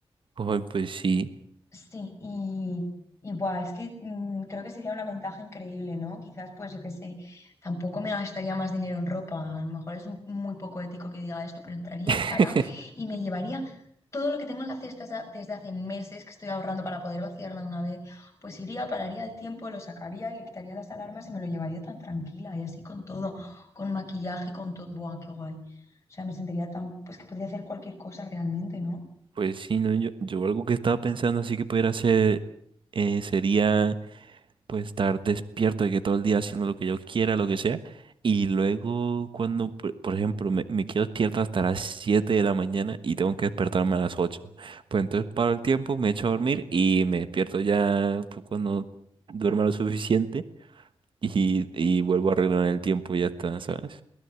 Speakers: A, on the right (about 55°); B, on the left (about 30°).
A: Ay, pues sí.
B: Sí, y, y buah, es que mm, creo que sería una ventaja increíble, ¿no? Quizás, pues yo qué sé, tampoco me gastaría más dinero en ropa. A lo mejor es un- muy poco ético que diga esto, pero entraría
A: <laughs>
B: a Zara y me llevaría todo lo que tengo en la cesta sa- desde hace meses que estoy ahorrando para poder vaciarla de una vez. Pues iría, pararía el tiempo, lo sacaría y le quitaría las alarmas y me lo llevaría tan tranquila y así con todo, con maquillaje, con todo. Buah, qué guay. O sea, me sentiría tan, pues que podría hacer cualquier cosa realmente, ¿no?
A: Pues sí, no, yo, yo algo que estaba pensando así que pudiera hacer eh, sería Puede estar despierto de que todo el día haciendo lo que yo quiera, lo que sea. Y luego cuando, por por ejemplo, me, me quedo despierto hasta las 7 de la mañana y tengo que despertarme a las ocho Pues entonces paro el tiempo, me echo a dormir y me despierto ya pues, cuando duerma lo suficiente y, y vuelvo a arreglar el tiempo y ya está, ¿sabes?